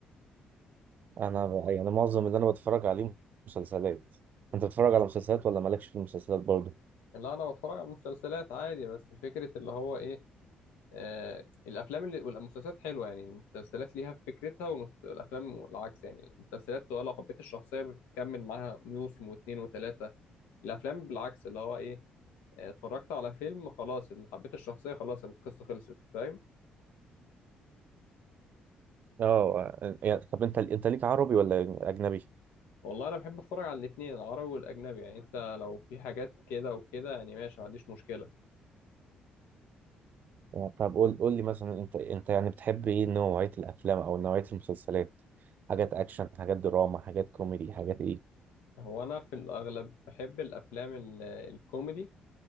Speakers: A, on the right; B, on the left.
A: انا يعني معظم اللي انا بتفرج عليه مسلسلات انت بتتفرج على مسلسلات ولا مالكش في المسلسلات برضه
B: لا انا بتفرج على مسلسلات عادي بس فكره اللي هو ايه آه الافلام اللي والمسلسلات حلوه يعني المسلسلات ليها فكرتها والمس- والافلام العكس يعني المسلسلات لو حبيت الشخصيه بتكمل معاها موسم واتنين وتلاته الافلام بالعكس اللي هو ايه آه، اتفرجت على فيلم خلاص اللي حبيت الشخصيه خلاص القصه خلصت فاهم
A: اه يعني طب انت انت ليك عربي ولا اجنبي
B: والله انا بحب اتفرج على الاثنين العربي والاجنبي يعني انت لو في حاجات كده وكده يعني ماشي ما عنديش مشكله
A: يعني طب قول قول لي مثلا انت انت يعني بتحب ايه نوعية الافلام او نوعية المسلسلات حاجات اكشن حاجات دراما حاجات كوميدي حاجات ايه
B: هو انا في الاغلب بحب الافلام ال- الكوميدي